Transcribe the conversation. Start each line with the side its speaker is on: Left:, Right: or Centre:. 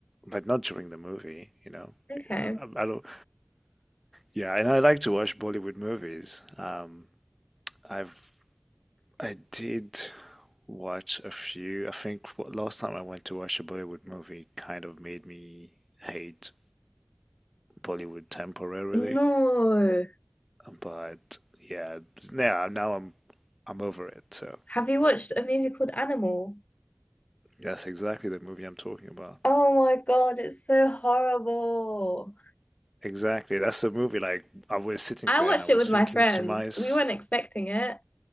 Centre: but not during the movie, you know.
Left: Okay.
Centre: Yeah, I, I don't. Yeah, and I like to watch Bollywood movies. Um, I've I did watch a few. I think f- last time I went to watch a Bollywood movie kind of made me hate Bollywood temporarily.
Left: No.
Centre: But yeah, now now I'm I'm over it. So
Left: Have you watched a movie called Animal?
Centre: that's exactly the movie I'm talking about.
Left: Oh my God, it's so horrible.
Centre: Exactly. That's the movie. Like I was sitting
Left: I
Centre: there
Left: watched
Centre: and I was
Left: it with
Centre: thinking
Left: my friend.
Centre: to myself,
Left: We weren't expecting it.